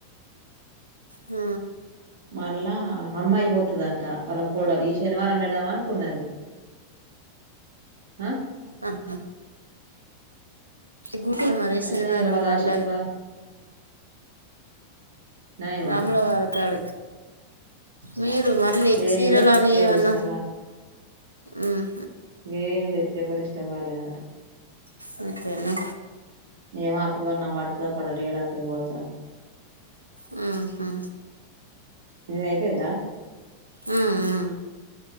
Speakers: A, on the right (about 80°); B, on the right (about 60°).
A: ఆ
B: మళ్ళ అమ్మాయి పో పతంట వాళ్ళ కోడలు ఈ శనివారం పెడదాం అనుకున్నది హా
A: ఆహా గుర్తుందా మరి శనివారం
B: అయితే ఇగ వాళ్ళ
A: మళ్ళ
B: శనివారం నయమా
A: రాముల వార కాడ మీరు మళ్ళీ
B: ఏం
A: చీరలు
B: లేదు
A: అని
B: ఎవరిష్టం
A: ఏమన్నా
B: వాళ్ళు
A: హ్మ్
B: ఏం లేదు ఎవరి ఇష్టం వాలేేనట
A: అందుకేనా
B: ఏమో అప్పుడు అన్న పడ్తాదో డేడా <unintelligible>
A: హ్మ్ హు
B: నిది అయిపోయిందా
A: హ్మ్ హ్మ్